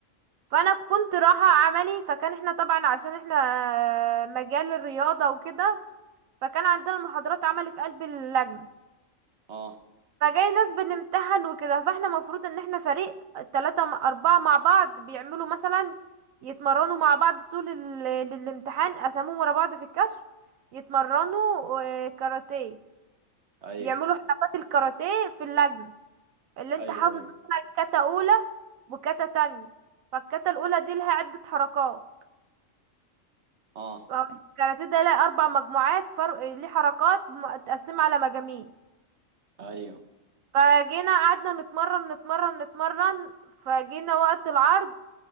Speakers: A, on the right; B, on the right.
A: فانا كنت رايحه عملي فكان احنا طبعا عشان احنا مجال الرياضه وكده فكان عندنا المحاضرات عملي في قلب اللجنه
B: اه
A: فجاي ناس بنمتحن وكده فاحنا مفروض ان احنا فريق تلاتة م- اربعة مع بعض بيعملوا مثلا يتمرنوا مع بعض طول ال- الامتحان قسموهم ورا بعض في الكشف يتمرنوا آه، كاراتيه
B: ايوه
A: يعملوا حركات الكاراتيه في اللجنة اللي انت
B: ايوه
A: حافظ
B: ايوه
A: مثلا كاتا اولى وكاتا تانية فالكاتا الاولى دي لها عدة حركات
B: اه
A: فهو الكاراتيه ده لها اربع مجموعات فرق ليه حركات م- متقسمة على مجاميع
B: ايوه
A: فجينا قعدنا نتمرن نتمرن نتمرن فجينا وقت العرض